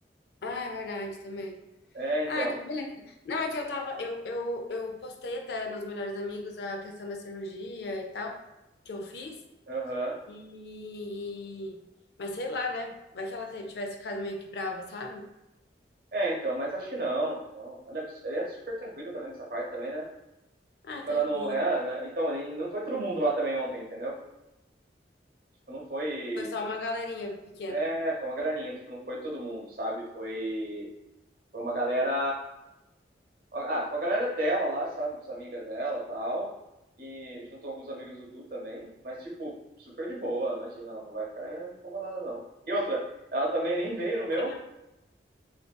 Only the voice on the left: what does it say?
Ah, é verdade também.
Ah, então beleza. Não, é que eu tava, eu, eu, eu postei até nos melhores amigos a questão da cirurgia e tal, que eu fiz.
E... Mas sei lá, né? Vai que ela te- tivesse ficado meio que brava, sabe?
Ah,
então
é de
boa.
Foi só uma galerinha pequena.
Ah,